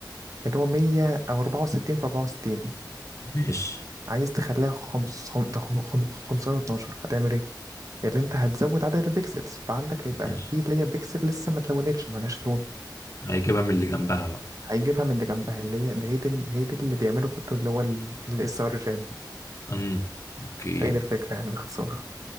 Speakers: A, on the right; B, on the left.
A: اللي هو 100 او 64 في 64
B: ماشي
A: عايز تخليها 5 512 هتعمل إيه؟ اللي انت هتزود عدد البيكسلز فعندك هيبقى
B: ماشي
A: في اللي هي بيكسل لسه ما اتلونتش ملهاش لون
B: هيجيبها من اللي جنبها بقى
A: هيجيبها من اللي جنبها اللي هي ده هي دي هي دي اللي بيعمله كله اللي هو الاس ار جام
B: امم اوكي
A: هي دي الفكره يعني باختصار